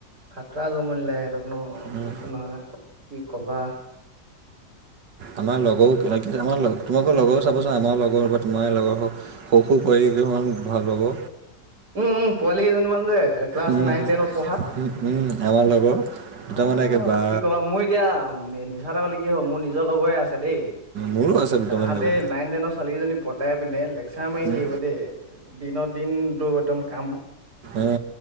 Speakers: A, on the right (about 65°); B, on the right (about 75°).
A: খাতৰা জনম দিলে সিহঁতক ন
B: উম
A: কৈছো নহয় কি ক'বা।
B: আমাৰ লগৰো, আমাৰ লগ তোমাকো লগৰ। চাব চোন আমাৰ লগৰ বা তোমাৰ লগৰ হওক স সুখ কৰি কিছমান ভাল হ'ব।
A: উম, পোৱালি কেইজনীমান যে ক্লাছ
B: উম,
A: নাইন টেনত পঢ়া।
B: উম, উম আমাৰ লগৰ দুটামানে
A: অ,
B: একে বা
A: কি কবা মোৰ এতিয়া মিছাতে বুলি কি হ'ব মোৰ নিজৰ লগৰে আছে। দেই,
B: মোৰো আছে দুটামান
A: তাহাতে
B: লগৰ
A: নাইন তেনৰ ছোৱালী কেইজনী পতাই পিনে। লেকচাৰ মাৰি
B: উম
A: থাকিব দ দিনত দিন একম কা
B: উ,